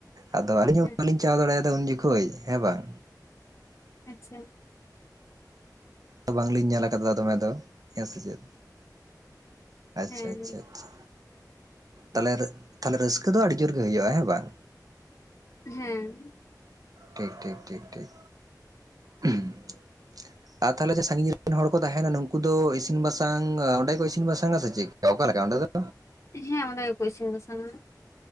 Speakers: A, on the right; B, on the left.
A: ᱟᱫᱚ ᱟᱞᱤᱧ
B: ᱦᱮᱸ
A: ᱦᱚᱸ ᱵᱟᱞᱤᱧ ᱪᱟᱞᱟ ᱫᱟᱲᱮᱭᱟᱫᱟ ᱩᱱ ᱡᱚᱠᱷᱚᱡ ᱦᱮᱸ ᱵᱟᱝᱼᱼ
B: ᱟᱪᱷᱟ
A: ᱵᱟᱝᱞᱤᱧ ᱧᱮᱞ ᱟᱠᱟᱫᱟ ᱫᱚᱢᱮ ᱫᱚ ᱾ ᱦᱮᱸ ᱥᱮ ᱪᱮᱫ? ᱟᱪᱷᱟ
B: ᱦᱮᱸ
A: ᱟᱪᱷᱟ ᱟᱷᱟ ᱛᱟᱞᱮ ᱛᱟᱞᱮ ᱨᱟᱹᱥᱠᱟᱹ ᱫᱚ ᱟᱹᱰᱤ ᱡᱳᱨᱜᱮ ᱦᱩᱭᱩᱜᱼᱟ᱾ ᱦᱮᱸ ᱵᱟᱝ?
B: ᱦᱮᱸ
A: ᱴᱷᱤᱠ ᱴᱷᱤᱠ ᱴᱷᱤᱠ ᱴᱷᱤᱠ <unintelligible> ᱟᱨ ᱛᱟᱦᱚᱞᱮ ᱡᱮ ᱥᱟᱺᱜᱤᱧ ᱨᱮᱱ ᱦᱚᱲ ᱠᱚ ᱟᱛᱟᱦᱞᱮ ᱡᱮ ᱥᱟᱹᱜᱤᱧ ᱨᱮᱱ ᱦᱚᱲ ᱠᱚ ᱱᱩᱠᱩ ᱫᱚ ᱤᱥᱤᱱ ᱵᱟᱥᱟᱝ ᱟ ᱰᱮ ᱠᱚ ᱤᱥᱤᱱ ᱵᱟᱥᱟᱝ ᱟ ᱥᱮ ᱪᱮᱫ ᱚᱠᱟᱮ ᱞᱮᱠᱟ ᱚᱸᱰᱮ ᱫᱚ?
B: ᱦᱮᱸ ᱚᱸᱰᱮ ᱜᱮᱠᱚᱭ ᱤᱥᱤᱝ ᱵᱟᱥᱟᱝ ᱟ